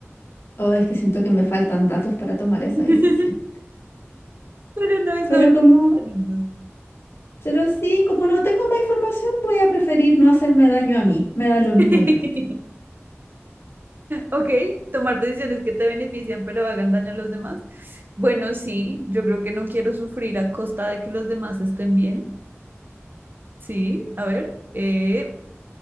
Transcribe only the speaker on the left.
oh, es que siento que me faltan datos para tomar
esa decisión.
Pero
como,
pero sí, como no tengo más información, voy a preferir no hacerme daño a mí. Me da lo mismo
el resto.